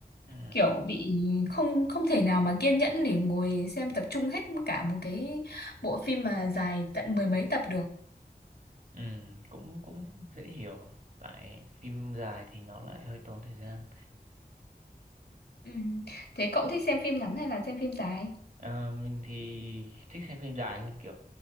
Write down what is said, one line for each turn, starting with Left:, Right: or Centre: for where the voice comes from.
Right: Ừ.
Left: kiểu bị không không thể nào mà kiên nhẫn để ngồi xem tập trung hết cả một cái bộ phim mà dài tận mười mấy tập được
Right: Ừ, cũng cũng dễ hiểu. Tại phim dài thì nó lại hơi tốn thời gian.
Left: ừ. thế cậu thích xem phim ngắn hay là xem phim dài
Right: Ờ, mình thì thích xem phim dài hơn kiểu